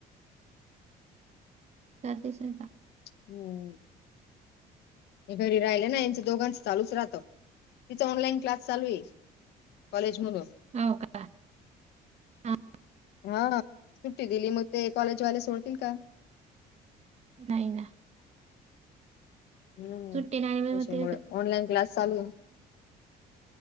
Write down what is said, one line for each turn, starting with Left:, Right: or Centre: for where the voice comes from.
Right: करतेस का
Left: हो हे घरी राहिलं ना यांचं दोघांच चालूच राहत तिचा ऑनलाईन क्लास चालू आहे- कॉलेज मधून
Right: हो का? हां,
Left: हा सुट्टी दिली मग ते कॉलेजवाले सोडतील का
Right: नाही ना
Left: हम्म
Right: सुट्टी
Left: त्याच्यामुळे
Right: नाही मी म्हणते
Left: ऑनलाईन क्लास चालू आहे